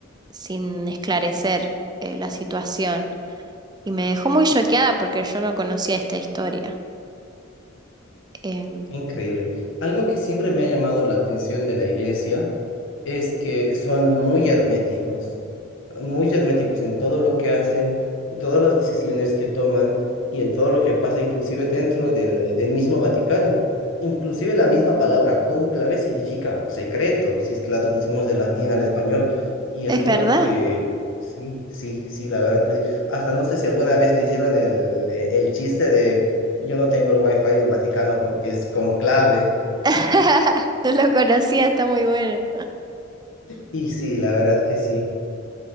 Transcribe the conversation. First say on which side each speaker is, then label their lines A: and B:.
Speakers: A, on the right; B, on the left.
A: sin esclarecer eh, la situación. Y me dejó muy choqueada porque yo no conocía esta historia. Em,
B: increíble. Algo que siempre me ha llamado la atención de la iglesia es que son muy herméticos, muy herméticos en todo lo que hacen, en todas las decisiones que toman y en todo lo que pasa, inclusive dentro del, del mismo Vaticano. Inclusive la misma palabra cónclave significa secreto, si es que la traducimos del latín al español. Y
A: es
B: es porque,
A: verdad,
B: sí, sí, sí, la verdad que sí. hasta no sé si alguna vez te hicieron el, el el chiste de yo no tengo el wifi del Vaticano porque es conclave.
A: <laughs> no lo conocía, está muy bueno.
B: Y sí, la verdad que sí.